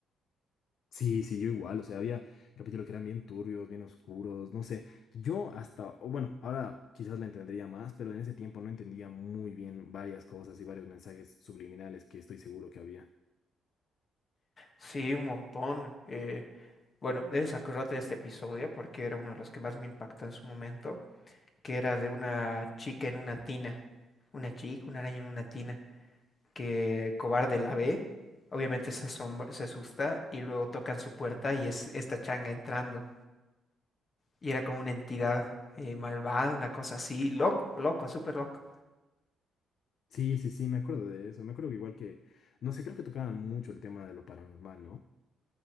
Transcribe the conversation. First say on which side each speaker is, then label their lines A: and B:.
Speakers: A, on the left; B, on the left.
A: Sí, sí, yo igual, o sea, había capítulos que eran bien turbios, bien oscuros, no sé. Yo hasta, o bueno, ahora quizás la entendería más, pero en ese tiempo no entendía muy bien varias cosas y varios mensajes subliminales que estoy seguro que había.
B: Sí, un montón. Eh, bueno, debes acordarte de este episodio porque era uno de los que más me impactó en su momento, que era de una chica en una tina, una chica, una araña en una tina, que cobarde la ve, obviamente se asombra- se asusta y luego tocan su puerta y es esta changa entrando. Y era como una entidad eh, malvada, una cosa así, loco, loco, súper loco.
A: Sí, sí, sí, me acuerdo de eso. Me acuerdo que igual que, no sé, creo que tocaban mucho el tema de lo paranormal, ¿no?